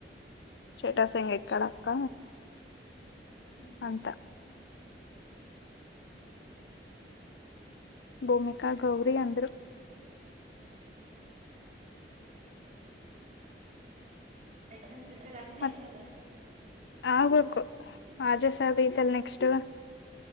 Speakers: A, on the left; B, on the right.
A: ಸ್ಟೇಟಸ್ ಎಂಗ ಇಕಳಕ್ಕ.
B: ಹ್ಮ್.
A: ಅಂತಾ. ಭೂಮಿಕಾ ಗೌರಿ ಅಂದ್ರು.
B: ಎಕ್ಸಾಮ್ ಪ್ರಿಪೇರ್ ಆಗ್ತಿ
A: ಮತ್
B: ಹಂಗಾದ್ರೆ.
A: ಆಗ್ಬೇಕು ಆರ್ಜೆ ಸರ್ದ ಐತಲ್ಲ ನೆಕ್ಸ್ಟ್.